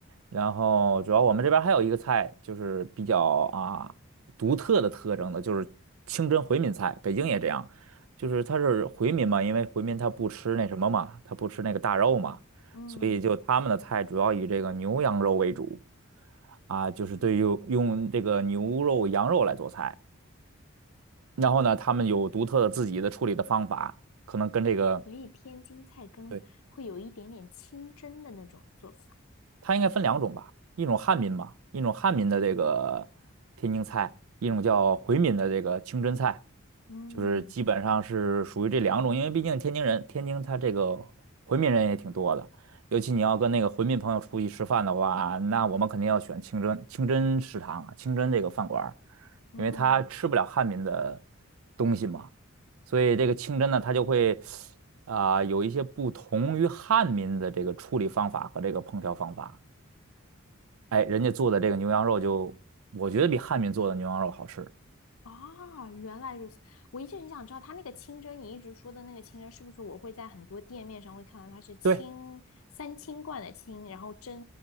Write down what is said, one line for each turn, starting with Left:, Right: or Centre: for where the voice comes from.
Right: 然后主要我们这边还有一个菜，就是比较啊独特的特征的，就是清真回民菜，北京也这样，就是它是回民嘛，因为回民他不吃那什么嘛，他不吃那个大肉嘛，
Left: 嗯，
Right: 所以就他们的菜主要以这个牛羊肉为主，啊，就是对于用这个牛肉、羊肉来做菜。然后呢，他们有独特的自己的处理的方法，可能跟这个，
Left: 所以天津菜跟会有一点点清蒸的那种做法。
Right: 对，它应该分两种吧，一种汉民吧，一种汉民的这个天津菜，一种叫回民的这个清真菜，
Left: 嗯
Right: 就是基本上是属于这两种，因为毕竟天津人，天津他这个回民人也挺多的，尤其你要跟那个回民朋友出去吃饭的话，那我们肯定要选清真清真食堂啊清真这个饭馆儿，
Left: 嗯。
Right: 因为他吃不了汉民的东西嘛。所以这个清真呢，他就会啊、有一些不同于汉民的这个处理方法和这个烹调方法。哎，人家做的这个牛羊肉就，我觉得比汉民做的牛羊肉好吃。
Left: 啊，原来如此！我一直很想知道，它那个清蒸，你一直说的那个清蒸，是不是我会在很多店面上会看到它是清三清罐的清，
Right: 对
Left: 然后真